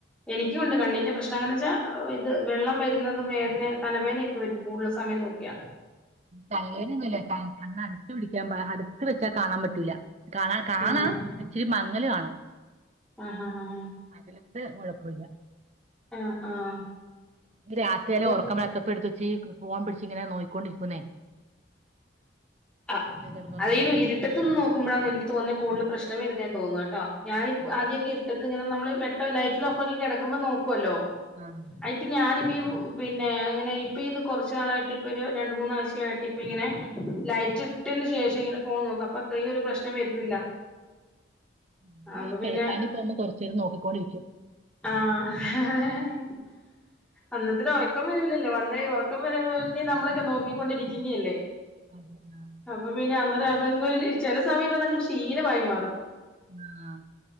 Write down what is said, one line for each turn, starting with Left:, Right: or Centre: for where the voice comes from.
Centre: എനിക്കുണ്ട് കണ്ണിന്റെ പ്രശ്നം എങ്ങനെ വെച്ചാ ഇത് വെള്ളം വെരുന്നതും വേദനേം തലവേദനെ വെരും കൂടല് സമയം നോക്കിയാ.
Right: തലവേദനയൊന്നുല്ല കണ്ണ് അട്ത്ത് പിടിക്കാമ്പോ അടുത്ത് വെച്ചാ കാണാൻ പ റ്റൂല കാണ കാണാം
Centre: ആഹ്
Right: ഇച്ചിരി മങ്ങല് കാണും.
Centre: ആഹ്, ആഹ്, ഹാ.
Right: അകലെത്ത് കൊയപ്പൊവില്ല
Centre: ആഹ് ആഹ് ആഹ്
Right: ഇക്ക് രാത്രിയന്നെ
Centre: ഇത്
Right: ഒറക്കം വരാ ത്തപ്പൊ എടുത്തു വെച്ചീ ഈ ഫോൺ പിടിച്ച് ഇങ്ങനെ നോക്കി ക്കൊണ്ടിരിക്കുന്നേ?
Centre: ആഹ്
Right: കിടന്നുറങ്ങണേ
Centre: അത് ഈ ഇര്ട്ടെത്ത് നിന്ന് നോക്കുമ്പഴാണ് എനിക്ക് തോന്നുന്നെ കൂടുതൽ പ്രശ്നം വരുന്നേന്ന് തോന്നുന്നു കേ കേട്ടൊ ഞാനീ
Right: ആഹ്
Centre: ആദ്യൊക്കെ ഇര്ട്ടെത്ത് ഇങ്ങനെ ന്നമ്മള് വെട്ടം ലൈറ്റെല്ലാം ഓഫാക്കി കെടക്കുമ്പോ നോക്കുവല്ലോ?.
Right: ആഹ്
Centre: ഇപ്പം ഞാനിപ്പെ ഈ പിന്നെ ഇങ്ങനെ ഇപ്പയിത് കൊറച്ച് നാളായിട്ട് ഇപ്പെ ഒരു രണ്ട് മൂന്നാഴ്ച്ചയായിട്ട് ഇപ്പയിങ്ങനെ ലൈറ്റ് ഇട്ടതിന് ശേഷം ഇങ്ങനെ ഫോൺ നോക്കും അപ്പൊ ഇത്രയും ഒരു പ്രശ്നം വരുന്നില്ല
Right: ഞാന്
Centre: അപ്പൊ
Right: ഈ കിടക്കാ
Centre: പിന്നെ
Right: വേണ്ടി പോകുമ്പോ കൊറച്ചേരം നോക്കിക്കൊണ്ടിരിക്കും
Centre: ആഹ് അന്നത്തിന് ഒറക്കം വരൂലല്ലോ വന്ന ഈ ഒറക്കം വരാൻ വേണ്ടി നമ്മളൊക്കെ നോക്കിക്കൊണ്ടിരിക്കുന്നയല്ലേ
Right: അതെ ആഹ്
Centre: അപ്പൊ പിന്നെ അന്നേരം അതങ്ങ് ചെല സമയത്ത് അതങ്ങട്ട് ഒരു ശിലമായി മാറും
Right: ആഹ്